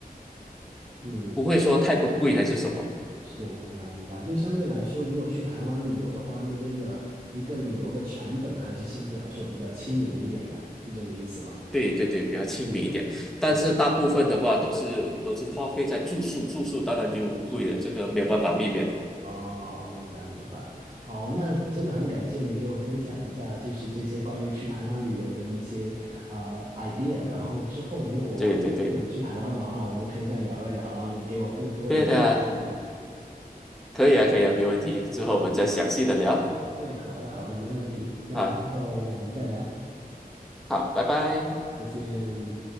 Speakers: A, on the right; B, in the centre.
A: 嗯，
B: 不会说太过贵还是什么。
A: 是，明白明白。就相对来说，如果去台湾旅游的话，那边的一个旅游的成本还是相对来说比较亲民一点的，是这个意思吗？
B: 对对对，比较亲民一点。
A: 嗯，
B: 但是大部分的话都是都是花费在住宿，
A: 你
B: 住宿当然就贵了，
A: 非常
B: 这个没有办法避免。
A: 哦，明白明白。好，那真的很感谢你给我分享一下，就是这些关于去台湾旅游的一些啊、呃 idea。然后之后如果有机会我去台湾的话，
B: 对对对，
A: 我们可以再聊一聊，然后你给我更多的一些建议。
B: 对的。可以啊，可以啊，没问题。
A: 嗯，
B: 之后我们再详细的聊
A: 对，好的好的，没问题。那之后我们再聊，
B: 啊。好，拜拜。
A: 再见。